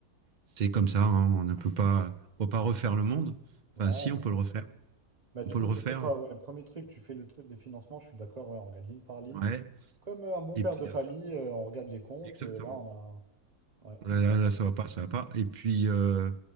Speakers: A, on the right (about 85°); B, on the right (about 30°).
A: c'est comme ça, hein, on ne peut pas, on peut pas refaire le monde.
B: Ouais,
A: Enfin, si,
B: mais
A: on peut le refaire.
B: Bah du
A: On peut
B: coup
A: le refaire.
B: tu fais quoi? Ouais, premier truc, tu fais le truc de financement, je suis d'accord, ouais, on regarde ligne par ligne.
A: Ouais.
B: Comme euh, un bon
A: Et
B: père
A: puis
B: de famille,
A: après,
B: euh, on regarde les comptes,
A: exactement.
B: euh, là on a... Ouais,
A: Là,
B: tout
A: là,
B: un...
A: là, ça va pas, ça va pas. Et puis, euh,